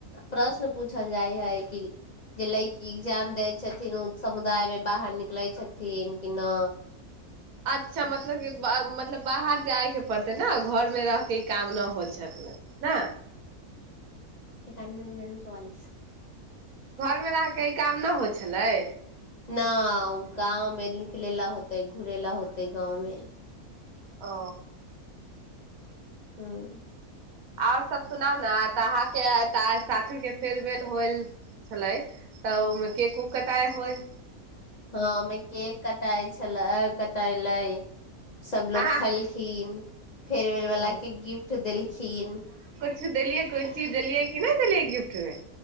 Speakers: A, on the left; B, on the right.
A: प्रश्न पूछल जाइ हइ कि जे लड़की एग्जाम देय छथिन ओ समुदाय मे बाहर निकले छथिन की नै
B: अच्छा मतलब की मतलब बाहर जायके पड़तै ने घर मे रहके ई काम न होल सकलै ने
A: एकानबे नीनाबे चौआलिस
B: अहाँके ई काम न होइ छलै
A: न ओ गाँव मे निकल ला होतै घुरे ला होतै गाँव मे
B: ओ
A: हूँ
B: आओर सब सुनाउ ने तऽ अहाँके साथी के फेयरवेल होल छलै तऽ ओहिमे केक उक कटाइ होइ
A: हँ ओमे केक कटाइ छल कटाले आओर कटाइले सभलोग
B: अहाँ
A: खेलखिन फेयरवेल
B: हँ
A: वला के गिफ्ट देलखिन
B: कि देलियै कोन चीज देलियै कि नहि देलियै गिफ्ट मे